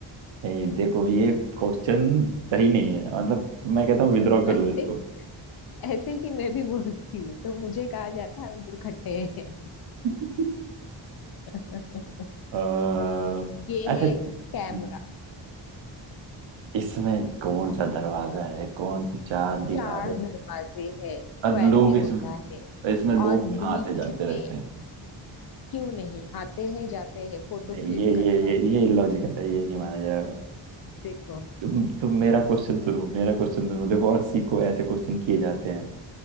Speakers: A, on the right; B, on the left.
A: नहीं
B: <laughs>
A: देखो ये क्वेश्चन सही नहीं है मतलब मैं कहता हूँ विद्रॉ कर
B: ऐसे
A: लो इसको
B: ऐसे ही मैं भी बोलती हूँ तो मुझे कहा जाता है अंगूर खट्टे हैं
A: <laughs>
B: <laughs>
A: अह,
B: ये
A: अच्छा
B: है कैमरा
A: हम्म, इसमें कौन सा दरवाजा है कौन सी चार दीवारें
B: चार दरवाजे
A: हैं?
B: हैं स्क्वायर
A: और लोग
B: में
A: इसमें
B: होता है
A: इसमें लोग
B: और
A: कहाँ
B: बीच
A: आते जाते
B: में
A: रहते हैं
B: क्यों नहीं आते हैं जाते हैं फोटो
A: नहीं
B: क्लिक
A: ये
B: करता
A: ये ये
B: है
A: ये इलॉजिकल है ये नहीं माना जाएगा
B: देखो
A: तुम तुम मेरा क्वेश्चन सुनो मेरा क्वेश्चन सुनो देखो और सीखो ऐसे क्वेश्चन किए जाते हैं